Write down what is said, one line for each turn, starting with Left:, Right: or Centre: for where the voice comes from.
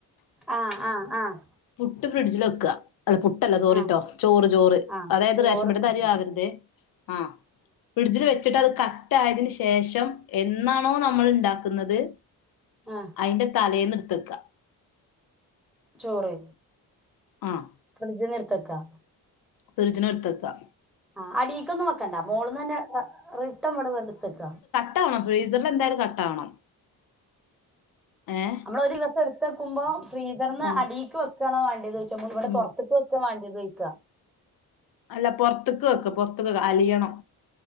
Centre: ആഹ് ആഹ് ആഹ്
Left: പുട്ട് ഫ്രിഡ്ജിൽ വെക്ക അല്ല പു ല്ല സോറിട്ടോ
Centre: ആഹ്
Left: ചോറ് ചോറ്
Centre: ആഹ്
Left: അതായത്
Centre: ചോറ്
Left: റേഷപീടിത്തരി
Centre: പിടിക്കും
Left: ആവരുതേ ആഹ് ഫ്രിഡ്ജിൽ വെച്ചിട്ട് അത് കട്ട ആയതിനന് ശേഷം എന്നാണോ നമ്മൾ ഇണ്ടാക്കുന്നത്
Centre: ആഹ്
Left: അയിന്റെ തലെന്ന് ഇട്ത്തക്ക
Centre: ചോറ്
Left: ആഹ്
Centre: ഫ്രിഡ്ജ്ന്ന് ഇട്ത്തക്കാ
Left: ഫ്രിജിനടുത്തക്ക
Centre: ആഹ് അടീക്കൊന്നും വെക്കണ്ട മോളന്ന് തന്നെ റിട്ടം ഇവടെ വെത്തക്ക
Left: ട്ടാവണം ഫ്രീസറിലെന്തായാലും കട്ടാവണം ഏഹ്
Centre: നമ്മളൊരു ദിവസം ഇട്ത്തെക്കുമ്പോ ഫ്രീസറിന്ന്
Left: ആഹ്
Centre: അടീക്ക് വെക് ക്കാണോ വാണ്ടിയെത് ചോയ്ച്ചാ ഇവടെ
Left: ഉം
Centre: പൊർത്ത്ക്ക് വെക്കാ വാണ്ടിയേതോയ്ക്ക
Left: അല്ല പൊർത്ത്ക്ക് വെക്ക പൊർത്ത് വെക്ക അലിയണം